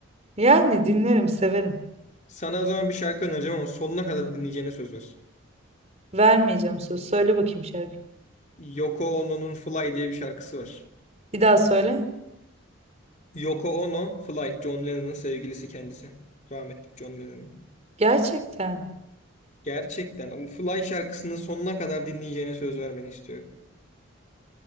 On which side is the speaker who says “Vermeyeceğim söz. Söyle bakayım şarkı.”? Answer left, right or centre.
Right